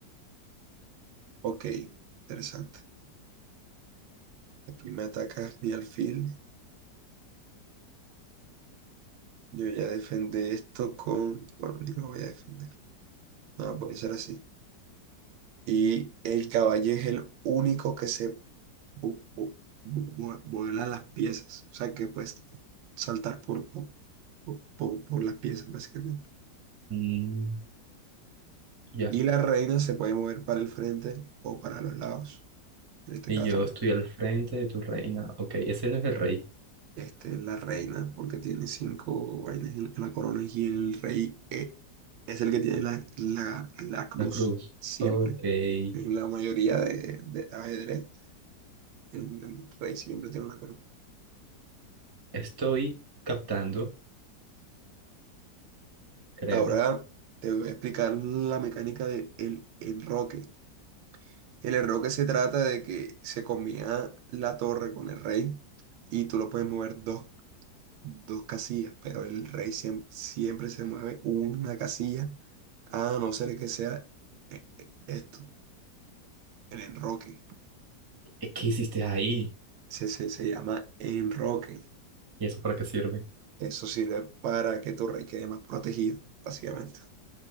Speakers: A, on the right (about 85°); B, on the right (about 25°).
A: Ok, interesante. Aquí me atacas mi alfil. Yo ya defendí esto con... Bueno, ni lo voy a defender. No, puede ser así. Y el caballo es el único que se vu- vu- vu- vu- vuela las piezas. O sea, que puedes saltar por, por, por, por- por las piezas, básicamente.
B: <laughs> Mm. Ya.
A: Y la reina se puede mover para el frente o para los lados, en este
B: Y
A: caso.
B: yo estoy
A: ¿no?
B: al frente de tu reina. Ok, ese no es el rey.
A: Este, la reina, porque tiene cinco vainas en en la corona y el rey eh, es el que tiene la, la, la cruz
B: La cruz.
A: siempre.
B: Ok.
A: En la mayoría de, de ajedrez, el, el rey siempre tiene una corona.
B: Estoy captando, creo.
A: Ahora te voy a explicar la mecánica del enroque. El enroque se trata de que se combina la torre con el rey y tú lo puedes mover dos dos casillas, pero el rey siem- siempre, se mueve una casilla, a no ser que sea eh, eh, esto, el enroque.
B: Eh, ¿Qué hiciste ahí?
A: Se, se, se llama enroque.
B: ¿Y eso para qué sirve?
A: Eso sirve para que tu rey quede más protegido, básicamente.